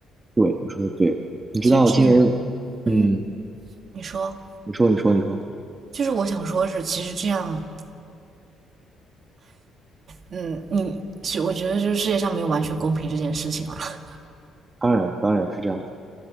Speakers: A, on the right; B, on the right.
A: 对，你说的对。你知道今年，
B: 其实这，嗯，
A: 嗯，
B: 你说，
A: 你说，你说，你说，
B: 就是我想说是，其实这样，嗯，你是我觉得就是世界上没有完全公平这件事情啦。<laughs>
A: 当然，当然是这样的。